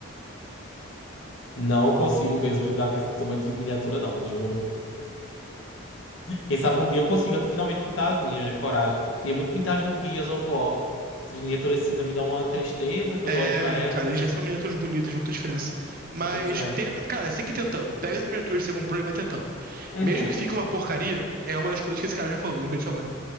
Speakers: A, on the left; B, on the right.
A: Não consigo mesmo lidar com esse tamanho de miniatura, não, juro. Quem sabe um dia eu consiga finalmente pintar as minhas, é coragem. Queria muito pintar as do Gears of War. As miniaturas cinza me dão uma tristeza quando
B: É,
A: eu olho pra elas.
B: cara, eles já são miniaturas bonitas, não tem diferença. Mas
A: Pois é.
B: tenta, cara, você tem que ir tentando. Pega as miniaturas que você comprou e vai tentando.
A: Uhum.
B: Mesmo que fique uma porcaria, é uma das coisas que esse cara já falou, lembrei disso agora.